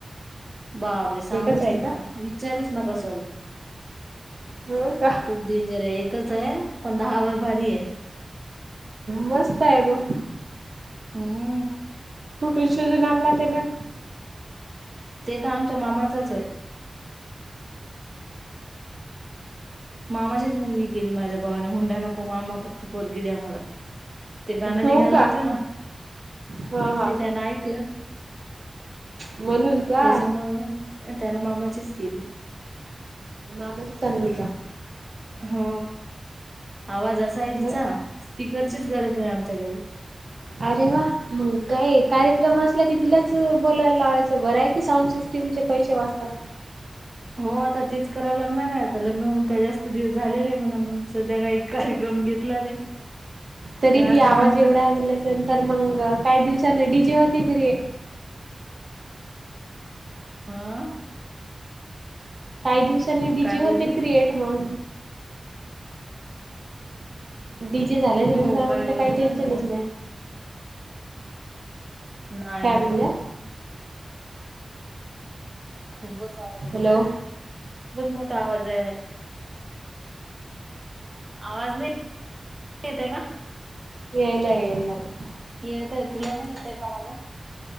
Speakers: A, on the right; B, on the right.
A: बापरे सांगूस
B: एकच आहे
A: नका?
B: का
A: विचारूच नका सॉरी.
B: हो का?
A: खूप डेंजर आहे एकच आहे पण दहा वर भारी आहे.
B: मस्त आहे मग.
A: हम्.
B: कुटून शोधून आणला ते पण.
A: ते का आमच्या मामाचच आहे. मामाचीच मुलगी केली माझ्या भावाने हुंडा नको मामा. त पोरगी द्या मला ते गाणं
B: हो
A: निघालं
B: का
A: होतं ना.
B: हा हा
A: ते त्यांन ऐकलं.
B: म्हणून का?
A: त्याच्यामुळे त्यानं मामाचीच केली.
B: मामाचीच आणली का?
A: हो आवाज असा आहे तिचा
B: बर
A: स्पीकरचीच गरज नाही आमच्या घरी.
B: अरे वा. मग काय कार्यक्रम असला की तिलाच बोलायला लावायचं बरं आहे की साऊंड सिस्टीमचे पैसे वाचतात.
A: हो आता तेच करावं लागणार आहे आता लग्न होऊन काय जास्त. दिवस झाले नाही म्हणा म्हणून सध्या काही कार्यक्रम घेतला नाही.
B: तरी
A: मग आता
B: बी
A: नंतर
B: आवाज एवढा
A: तेच
B: आहे म्हल्या नंतर मग काही दिवसाने डी जे होते घरी.
A: आ
B: काही दिवसांनी डीजे
A: काय
B: होते
A: बोलली
B: क्रिएट मग डीजे झाल्याच्या
A: हो
B: नंतर
A: हो काही
B: मग
A: भरोसाच
B: तर टेन्शनच
A: नाही आमचा नाही
B: काय
A: ना.
B: म्हणल्या?
A: खूपच आवाज मोठा
B: हॅलो
A: आहे. खूप मोठा आवाज आहे. आवाज नाही येत आहे का?
B: यायला
A: हॅलो,
B: यायला लागला.
A: येतोय तुला नाही येतय का माझा